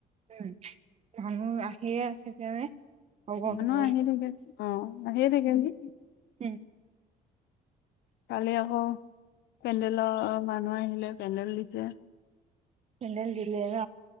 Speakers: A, on the right; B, on the left.
A: উম, মানুহ আহিয়ে আছে। হব-হব
B: মানুহ আহি থাকে অ আহিয়ে থাকে যে
A: উম,
B: কালি আকৌ পেনডেলৰ মানুহ আহিলে পেন্দেল দিছে।
A: পেণ্ডেল দিলে ন।